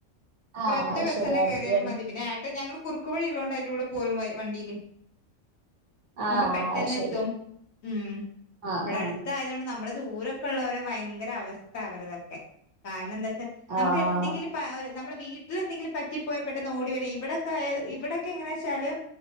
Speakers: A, on the right; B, on the left.
A: ആഹ്
B: ഒരറ്റ
A: അത്
B: ബസ്സ്
A: ശരി
B: തന്നെ
A: അടുത്ത്
B: കയറിയാലും
A: തന്നെ
B: മതി പിന്നെ ഏട്ടൻ ഞങ്ങള് കുറുക്കു വഴി ഇള്ളോണ്ട് അതിലൂടെ പോരും വഴ് വണ്ടിയില്
A: ആഹ്
B: അപ്പൊ പെട്ടെന്ന്
A: അത് ശരി
B: എത്തും ഉം
A: ആഹ്
B: ഇവടെ
A: ആഹ്
B: അടുത്തയൊണ്ട് നമ്മള് ദൂരൊക്കെ ഉള്ളവരെ ഭയങ്കര അവസ്ഥ അവരതൊക്കെ കാരണം എന്താ വച്ചാൽ നമുക്ക്
A: ആഹ്
B: എന്തെങ്കിലും പ്പ ആ നമ്മടെ വീട്ടിലെന്തെങ്കിലും പറ്റിപ്പോയാൽ പെട്ടെന്ന് ഓടി വര ഇവിടൊക്കെ ഇവിടെയൊക്കെ എങ്ങനാ വെച്ചാല്